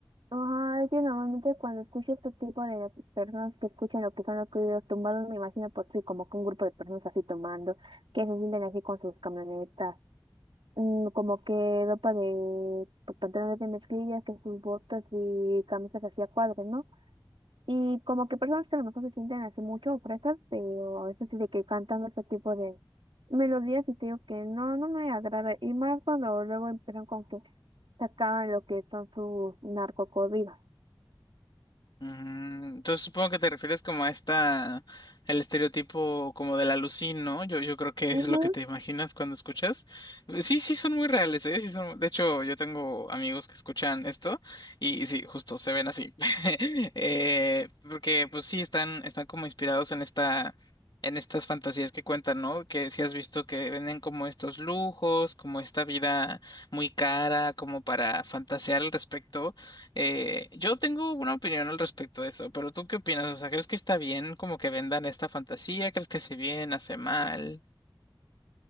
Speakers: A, on the right (about 85°); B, on the left (about 60°).
A: Ajá, es que normalmente cuando escucho este tipo de personas que escuchan lo que son los corridos tumbados, me imagino por sí, como que un grupo de personas así tomando, que se sienten así con sus camionetas, mm, como que ropa de pues, pantalones de mezclilla, que sus botas y camisas así a cuadros, ¿no? Y como que personas que a lo mejor se sienten así mucho fresas, pero eso sí de que cantan este tipo de melodías y te digo que no, no me agrada. Y más cuando luego empiezan con que sacaban lo que son sus narcocorridos.
B: Mm, Entonces supongo que te refieres como a esta, el estereotipo como del alucín, ¿no? Yo, yo creo que
A: Ujú.
B: es lo que te imaginas cuando escuchas. Sí, sí, son muy reales, ¿eh? Sí son, de hecho, yo tengo amigos que escuchan esto y sí, justo se ven así. <laughs> Eh, porque pues sí, están, están como inspirados en esta, en estas fantasías que cuentan, ¿no? Que si has visto que venden como estos lujos, como esta vida muy cara, como para fantasear al respecto. Eh, yo tengo una opinión al respecto de eso, pero ¿tú qué opinas? O sea, ¿crees que está bien como que vendan esta fantasía? ¿Crees que hace bien, hace mal?